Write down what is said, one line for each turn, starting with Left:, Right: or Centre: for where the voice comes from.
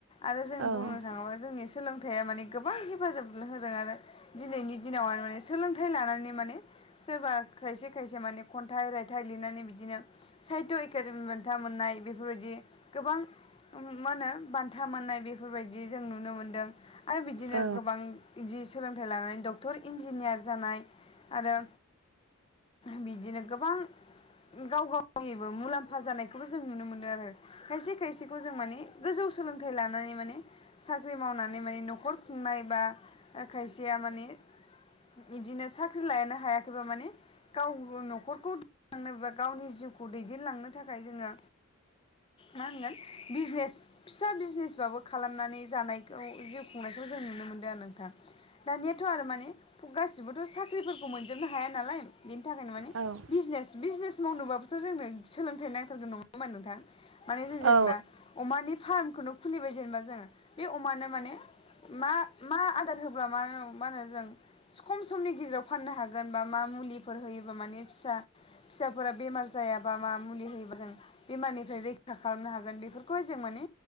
Left: आरो जों
Right: औ
Left: बुंनो थाङोबा जोंनि सोलोंथाइया माने गोबां हेफाजाब होदों आरो दिनैनि दिनाव आरो माने सोलोंथाइ लानानै माने सोरबा खायसे खायसे माने खन्थाइ रायथाइ लिरनानै बिदिनो साहित्य एकाादेमि बान्था मोननाय बेफोरबायदि गोबां मा होनो बान्था मोननाय बेफोरबायदि जों नुनो मोनदों आरो बिदिनो
Right: औ
Left: गोबां बिदि सोलोंथाइ लानानै डक्टर इन्जिनियार जानाय आरो बिदिनो गोबां गाव गाव निबो मुलाम्फा जानायखौबो जों नुनो मोनो आरो खायसे खायसेखौ जों माने गोजौ सोलोंथाइ लानानै माने साख्रि मावनानै माने न'खर खुंनाय बा खायसेया माने बिदिनो साख्रि लायानो हायाखैबा माने गाव न'खरखौलांनोब गावनि जिउखौ दैदेनलांनो थाखाय जोङो मा होनगोन बिजनेस फिसा बिजनेसबाबो खालामनानै जानायखौ जिउ खुंनायखौ जों नुनो मोनदों आरो नोंथां दानियाथ' आरो माने गासिबोथ' साख्रिफोरखौ मोनजोबनो हाया नालाय बेनि थाखायनो माने
Right: औ
Left: बिजनेस बिजनेस मावनोबाबोथ' जोंनो सोलोंथाइ नांथारगोन नङा होमबा नोंथां माने जों
Right: औ
Left: जेनेबा अमानि फार्मखौनो खुलिबाय जेनेबा जोङो बे अमानो माने मा मा आदार होब्ला मा मा होनो जों खम समनि गेजेराव फाननो हागोन बा मा मुलिफोर होयोबा माने फिसा फिसाफोरा बेमार जायाबा मा मुलि होयोबा जों बेमारनिफ्राय रैखा खालामनो हागोन बेफोरखौहाय जों माने